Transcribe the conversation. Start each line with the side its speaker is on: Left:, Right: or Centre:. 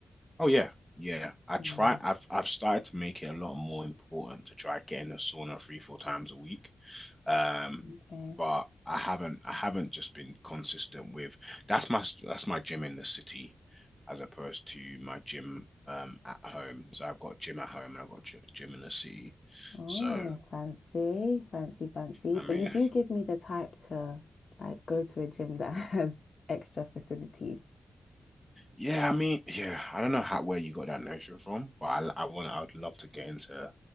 Centre: Oh yeah, yeah. I
Left: Mm.
Centre: try. I've I've started to make it a lot more important to try getting a sauna three, four times a week. Um,
Left: Okay.
Centre: but I haven't I haven't just been consistent with that's my that's my gym in the city as opposed to my gym um at home. So I've got a gym at home and I've got a gy- gym in the city.
Left: Oh,
Centre: So
Left: fancy, fancy, fancy.
Centre: I
Left: But
Centre: mean,
Left: you do give me the type to like go to a gym that <laughs> has extra facilities.
Centre: yeah, I mean, yeah. I don't know how where you got that notion from, but I I want I would love to get into